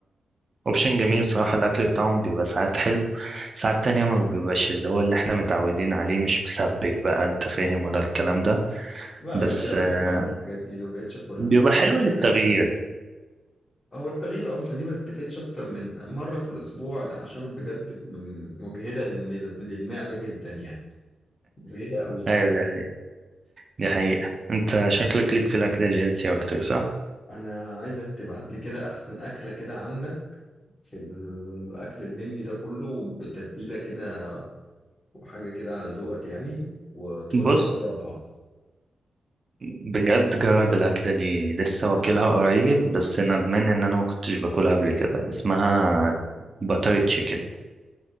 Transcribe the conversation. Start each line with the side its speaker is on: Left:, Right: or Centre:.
Right: اوبشن جميل صراحة الأكل بتاعهم بيبقى ساعات حلو ساعات تانية ما بيبقاش اللي هو اللي احنا متعودين عليه مش مسبك بقى انت فاهم ولا الكلام ده
Left: لا
Right: بس
Left: بدأت
Right: آه،
Left: أتعب من الحاجات دي أنا ما بقتش أكلها
Right: بيبقى
Left: أنا
Right: حلو
Left: عايزك
Right: للتغيير
Left: هو التغيير اه بس دي ما تتاكلش اكتر من مره في الاسبوع عشان بجد م- مجهده للم- للمعده جدا يعني مجهده قوي كمان
Right: ايوه ده دي حقيقة انت شكلك ليك في الأكل الهيلثي أكتر صح؟
Left: انا عايزك تبعت لي كده احسن اكله كده عندك في الاكل الهندي ده كله بتتبيله كده وحاجه كده على ذوقك يعني وتقول
Right: بص
Left: لي جربها
Right: بجد جرب الأكلة دي لسه واكلها قريب بس ندمان إن أنا ما كنتش باكلها قبل كده اسمها باتر تشيكن